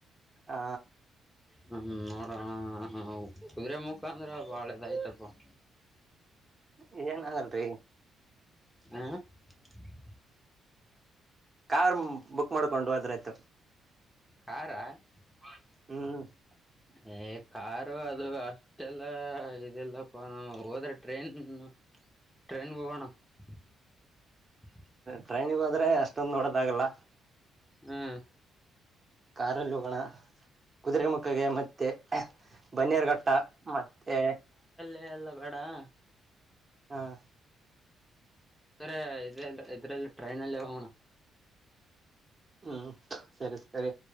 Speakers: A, on the right; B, in the centre.
A: ಆ
B: ಹ, ನೋಡನಾ. <inaudible> ಹ, ಹ, ಕುದುರೆ, ಮುಖ, ಅಂದ್ರೆ, ಬಾಳೆದಯ್ತಪ್ಪ. <inaudible>
A: ಇದೇನು, ಹಾಗಲರಿ? <inaudible>
B: ಹ.. <inaudible>
A: ಕಾರ್, ಬುಕ್, ಮಾಡ್ಕೊಂಡು! ಹೋದ್ರಾಯ್ತು? <inaudible>
B: ಕಾರ. ವೈ.. <unintelligible>
A: ಹ್ಮ್.. <inaudible>
B: ಏ, ಕಾರು, ಅದು ಅಷ್ಟೆಲ್ಲ? ಇದಿಲ್ಲಪ್ಪ ನಾವು ಹೋದ್ರೆ, ಟ್ರೈನ್! <inaudible> ಟ್ರೈನೊಗೋನ. <inaudible>
A: ಟ್ರೈನಿಗೋದ್ರೆ, ಅಷ್ಟೊಂದು, ನೋಡೋದಾಗಲ್ಲ? <inaudible>
B: ಹ್ಮ್.. <inaudible>
A: ಕಾರಲ್ಲಿ, ಹೋಗೋಣ! ಕುದುರೆ ಮುಖಗೆ ಮತ್ತೆ? <inaudible> ಬಾನಿರುಘಟ್ಟ, ಮತ್ತೆ? <inaudible>
B: ಹೇ, ಎಲ್ಲ, ಬೇಡ? <inaudible>
A: ಹಾ.. <inaudible>
B: ಸರಿ, ಇದ್ರಲ್ಲಿ, ಇದ್ರಲ್ಲಿ ಟ್ರೈನಲ್ಲೇ, ಹೋಗಣ? <inaudible>
A: ಹ್ಮ್, ಸರಿ, ಸರಿ,